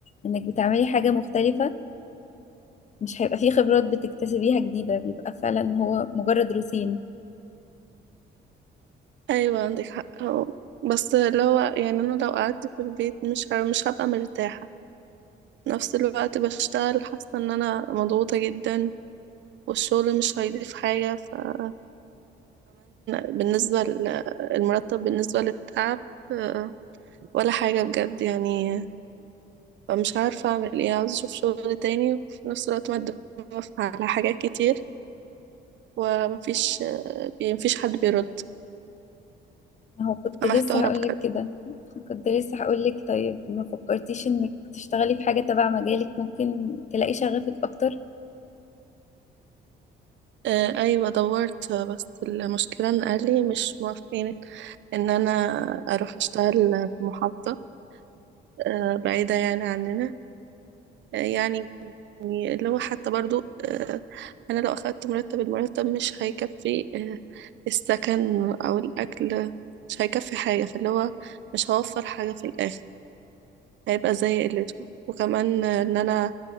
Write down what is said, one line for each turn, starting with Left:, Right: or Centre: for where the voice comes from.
Left: انك بتعملي حاجه مختلفه مش هيبقى فيه خبرات بتكتسبيها جديده بيبقى فعلا هو مجرد روتين
Right: ايوه عندك حق أهو. بس اللي هو يعني انا لو قعدت في البيت مش ه- مش هبقى مرتاحة في نفس الوقت بشتغل حاسة ان انا مضغوطة جدا والشغل مش هيضيف حاجة فكمان بالنسبة للمرتب بالنسبة للتعب آه، ولا حاجة بجد يعني فمش عارفة أعمل إيه عاوزة أشوف شغل تاني وفي نفس الوقت مقدمة في- على حاجات كتير ومفيش يعني مفيش حد بيرد
Left: ما هو كنت
Right: فمحتارة
Left: لسه هقولك
Right: بجد
Left: كده كنت لسه هقولك طيب ما فكرتيش انك تشتغلي في حاجة تبع مجالك ممكن تلاقي شغفك اكتر
Right: آه، أيوة دورت آه، بس المشكلة إن أهلي مش موافقين إن أنا أروح أشتغل في محافظة آه، بعيدة يعني عننا آه، يعني اللي هو حتى برضو آه، أنا لو أخدت مرتب المرتب مش هيكفي آه، السكن أو الأكل مش هيكفي حاجة فاللي هو مش هوفر حاجة في الآخر هيبقى زي قلته وكمان ان انا